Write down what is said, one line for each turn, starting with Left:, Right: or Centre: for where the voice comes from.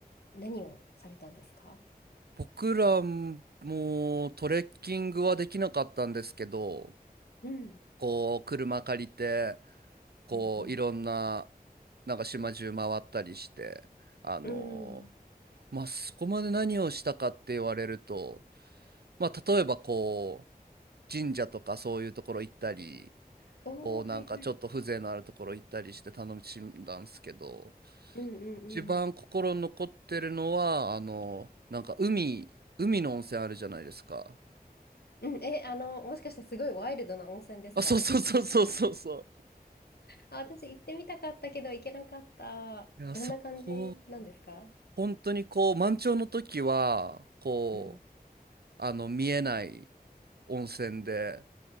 Left: 何をされたんですか
Right: 僕らもトレッキングはできなかったんですけど、
Left: うん。
Right: こう車借りて、こういろんな、
Left: うんうん。
Right: なんか島中回ったりして、あの
Left: うん。
Right: まあそこまで何をしたかって言われると、まあ例えばこう、神社とかそういうところ行ったり、
Left: おー、
Right: こうなんかちょっと風情のあるところ行ったりして楽しんだんですけど、
Left: はいはい。うんうんうん。
Right: 一番心に残ってるのは、あの、なんか海、海の温泉あるじゃないですか。
Left: うん、え、あの、もしかしてすごいワイルドな温泉ですか
Right: あ、そうそうそうそうそうそ
Left: あ、私行ってみたかったけど行けなかった。
Right: う。いや、
Left: どんな感じなんですか
Right: そこ、本当にこう、満潮の時は、こう、
Left: うん。
Right: あの、見えない温泉で、